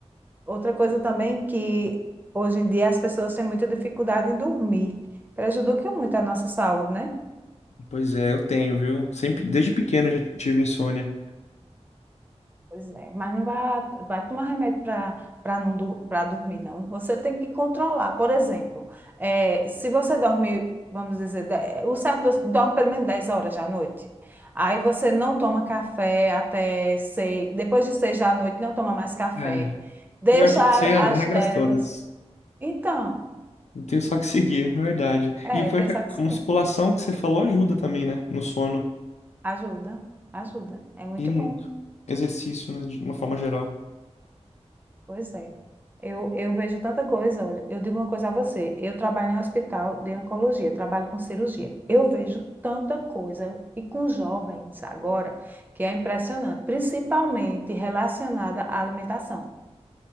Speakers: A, on the right (about 15°); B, on the left (about 75°).
A: outra coisa também que hoje em dia as pessoas têm muita dificuldade em dormir. Prejudica muito a nossa saúde, né?
B: Pois é, eu tenho, viu? Sempre, desde pequeno eu já tive insônia.
A: Pois é, mas não vai, vai tomar remédio para para não para dormir, não. Você tem que controlar. Por exemplo, eh, se você dorme, vamos dizer, de- eh, o certo é dorme pelo menos 10 horas da noite. Aí você não toma café até seis, depois de seis da noite, não toma mais café.
B: É.
A: Deixa
B: Pior que eu
A: a-
B: sei as regras
A: as telas.
B: todas.
A: Então,
B: Eu tenho só que seguir, é verdade.
A: é,
B: E o pior
A: tem
B: é que
A: só que seguir.
B: a musculação que você falou ajuda também, né? No sono.
A: Ajuda, ajuda. É muito
B: E muito.
A: bom.
B: Exercício, né? De uma forma geral.
A: Pois é. Eu, eu vejo tanta coisa, olha, eu digo uma coisa a você, eu trabalho em um hospital de oncologia, trabalho com cirurgia. Eu vejo tanta coisa, e com jovens agora, que é impressionante, principalmente relacionada à alimentação.